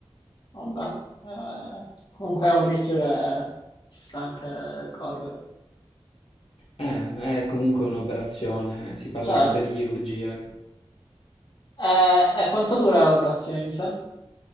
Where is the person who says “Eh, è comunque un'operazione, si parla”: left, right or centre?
Left